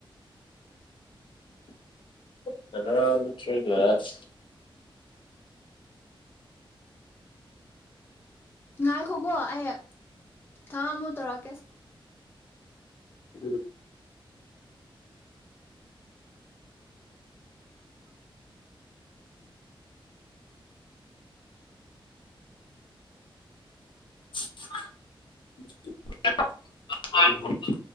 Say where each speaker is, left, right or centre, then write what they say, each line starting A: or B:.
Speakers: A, on the left; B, on the left.
A: <unintelligible>
B: ꯉꯥꯏꯈꯣꯀꯣ ꯑꯩ ꯊꯝꯃꯣ ꯑꯃꯨꯛ ꯇꯧꯔꯛꯀꯦ
A: <inaudible> <unintelligible>